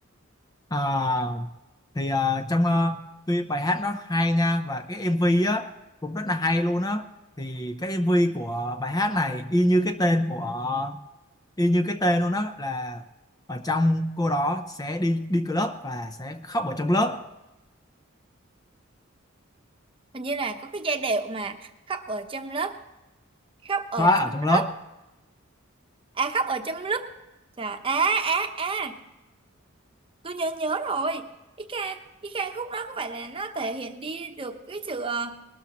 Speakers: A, on the left; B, on the right.
A: à, thì ờ, trong ờ, tuy bài hát nó hay nha và cái MV á cũng rất là hay luôn á thì cái MV của bài hát này y như cái tên của y như cái tên luôn đó là ở trong cô đó sẽ đi đi club và sẽ khóc ở trong lớp
B: Hình như là có cái giai điệu mà khóc ở trong lớp. Khóc ở
A: thoa
B: trong
A: ở trong
B: lớp
A: lớp
B: à khóc ở trong lúc Trời, à à à tôi nhớ nhớ rồi cái ca cái ca khúc đó có phải là nó thể hiện đi được cái sự ờ,